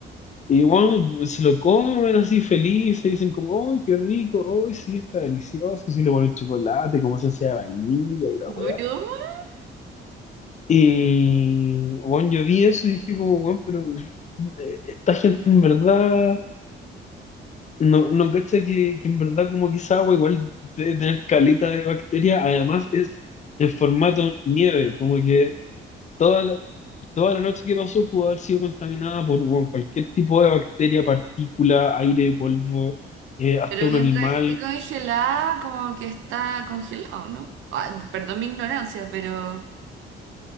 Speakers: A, on the left; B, on the right.
A: y bueno, se lo comen así felices, dicen como, ¡ay, qué rico! ¡ay, sí, está delicioso! Sí, le ponen chocolate, como se hacía de vainilla y la
B: ¿Broma?
A: weá. Y, bueno, yo vi eso y dije como, bueno, pero eh, esta gente en verdad, no, no cacha que, que en verdad como que esa agua igual debe tener caleta de bacterias, además es en formato nieve, como que toda la, toda la noche que pasó pudo haber sido contaminada por, bueno, cualquier tipo de bacteria, partícula, aire, polvo, eh, hasta
B: Pero
A: un
B: mientras
A: animal,
B: esté congelada, como que está congelado, ¿no? Ah, perdón mi ignorancia, pero,